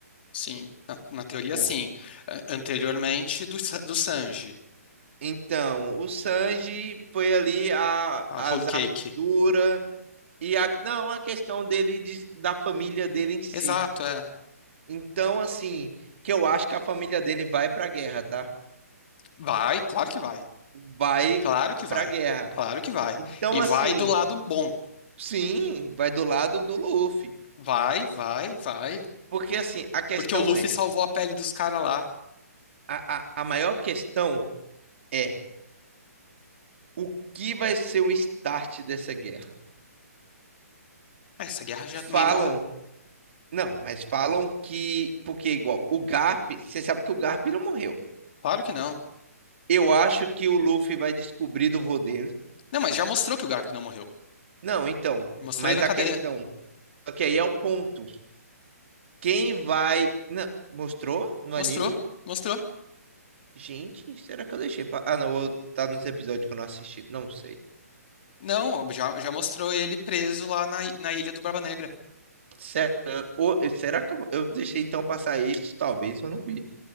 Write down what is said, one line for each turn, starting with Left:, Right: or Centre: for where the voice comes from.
Left: Sim, na, na teoria,
Right: Pô.
Left: sim. A- Anteriormente, do, Sa- do Sanji,
Right: Então, o Sanji foi ali a,
Left: a
Right: as
Left: Whole Cake.
Right: armaduras e a, não, a questão dele de- da família dele em si.
Left: Exato, é.
Right: Então, assim, que eu acho que a família dele vai pra guerra, tá?
Left: Vai, claro que vai.
Right: Vai
Left: Claro que vai.
Right: pra guerra
Left: Claro que vai.
Right: Então,
Left: E
Right: assim,
Left: vai do lado bom.
Right: sim, vai do lado do Luffy.
Left: Vai, vai, vai.
Right: Porque, assim, a questão
Left: Porque o Luffy
Right: é:
Left: salvou a pele dos caras lá.
Right: a, a, a maior questão é o que vai ser o start dessa guerra?
Left: Essa guerra já
Right: Falam,
Left: meio que. ela-
Right: não, mas falam que. Porque, igual, o Garp, você sabe que o Garp não morreu.
Left: Claro que não.
Right: Eu acho que o Luffy vai descobrir do vô dele.
Left: Não, mas já mostrou que o Garp não morreu.
Right: Não, então,
Left: Mostrou
Right: mas
Left: ele na
Right: a
Left: cadeia.
Right: questão. Só que aí é o ponto. Quem vai. Não, mostrou no
Left: Mostrou,
Right: anime?
Left: mostrou.
Right: Gente, será que eu deixei? Pra... Ah, não, eu- tá nos episódios que eu não assisti. Não sei.
Left: Não, já, já mostrou ele preso lá na, na ilha do Barba Negra.
Right: Sério, eu- ou- eu- será que eu, eu deixei então passar isso? Talvez eu não vi.